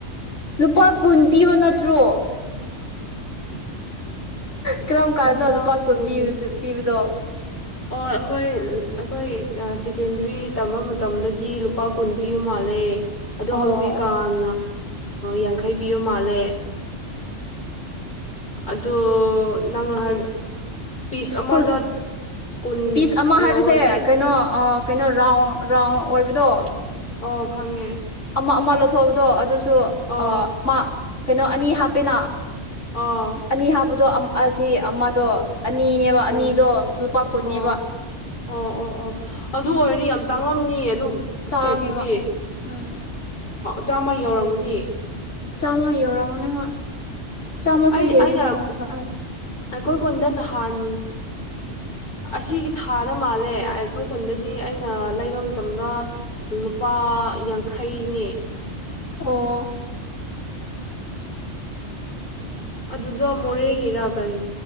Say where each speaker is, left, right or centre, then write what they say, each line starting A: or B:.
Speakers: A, on the left; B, on the left.
A: ꯂꯨꯄꯥ ꯀꯨꯟ ꯄꯤꯕ ꯅꯠꯇ꯭ꯔꯣ
B: <unintelligible>
A: ꯀꯔꯝ ꯀꯥꯟꯗꯅꯣ
B: ꯂꯨꯄꯥ
A: ꯂꯨꯄꯥꯀ
B: ꯀꯨꯟ
A: ꯄꯤꯕꯗꯣ
B: ꯑꯣ ꯑꯩꯈꯣꯏ ꯑꯩꯈꯣꯏ ꯁꯦꯀꯦꯟꯗ꯭ꯔꯤ ꯇꯝꯕ ꯃꯇꯝꯗꯗꯤ ꯂꯨꯄꯥ ꯀꯨꯟ ꯄꯤꯌꯨ ꯃꯥꯜꯂꯦ ꯃꯥꯂꯦ ꯑꯗ
A: ꯑꯣ
B: ꯍꯧꯖꯤꯛꯀꯥꯟ
A: ꯑꯣ
B: ꯌꯥꯡꯈꯩ ꯄꯤꯕ ꯃꯥꯜꯂꯦ ꯑꯗꯣ ꯅꯪ ꯍꯥꯏ ꯄꯤꯁ ꯑꯃꯗ
A: ꯍꯧꯖꯤꯛ
B: ꯀꯨꯟ
A: ꯄꯤꯁ ꯑꯃ
B: ꯌꯧꯔꯗꯤ
A: ꯍꯥꯏꯕꯁꯦ ꯀꯩꯅꯣ ꯀꯩꯅꯣ ꯔꯥꯎꯟ ꯔꯥꯎꯟ ꯑꯣꯏꯕꯗꯣ
B: ꯑꯣ ꯈꯪꯉꯦ
A: ꯑꯃ ꯑꯃ ꯂꯧꯊꯣꯛꯕꯗꯣ ꯑꯗꯨꯁꯨ
B: ꯑꯣ
A: ꯃꯥ ꯀꯩꯅꯣ ꯑꯅꯤ ꯍꯥꯞꯄꯦꯅ
B: ꯑꯣ
A: ꯑꯅꯤ ꯍꯥꯕꯗꯣ ꯑꯃꯑ ꯑꯁꯤ ꯑꯃꯗꯣ ꯑꯅꯤꯅꯦꯕ ꯑꯅꯤꯗꯣ
B: ꯎꯝ
A: ꯂꯨꯄꯥ ꯀꯨꯟꯅꯦꯕ
B: ꯑꯣ ꯑꯣ ꯑꯣ ꯑꯣ ꯑꯗꯨ ꯑꯣꯏꯔꯗꯤ ꯌꯥꯝ ꯇꯥꯡꯉꯝꯅꯤ ꯑꯗꯨ
A: ꯇꯥꯡꯉꯦꯕ
B: ꯁꯦꯠꯇꯨꯗꯤ
A: ꯎꯝ
B: ꯆꯥꯝꯃ ꯌꯧꯔꯝꯒꯨꯅꯤ
A: ꯆꯥꯝꯃ ꯌꯧꯔꯝꯃꯅꯦ ꯍꯣꯏ ꯆꯥꯝꯃꯁꯨ
B: ꯑꯩ
A: ꯍꯦꯁꯤꯅ
B: ꯑꯩꯅ
A: ꯍꯦꯜꯂꯝ ꯀꯛꯗꯅ
B: ꯑꯩꯈꯣꯏ ꯀꯣꯟꯗ ꯅꯍꯥꯟ ꯑꯁꯤꯒꯤ ꯊꯥꯗ ꯃꯥꯜꯂꯦ ꯑꯩꯈꯣꯏ ꯈꯨꯟꯗꯗꯤ ꯑꯩꯅ ꯂꯩꯕ ꯃꯇꯝꯗ ꯂꯨꯄꯥ ꯌꯥꯡꯈꯩꯅꯤ
A: ꯑꯣ
B: ꯑꯗꯨꯗꯣ ꯃꯣꯔꯦꯒꯤꯔ ꯀꯔꯤ